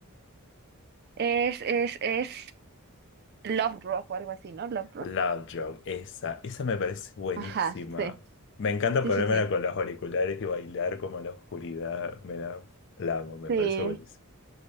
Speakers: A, on the right (about 45°); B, on the left (about 55°).
A: es, es, es Love Rock o algo así, ¿no? Love Rock.
B: Love Joke, esa. Esa me parece buenísima.
A: Ajá, sí.
B: Me encanta
A: Sí,
B: ponérmela
A: sí, sí.
B: con los auriculares y bailar como en la oscuridad. Me da. La amo, me
A: Sí,
B: parece buenísimo.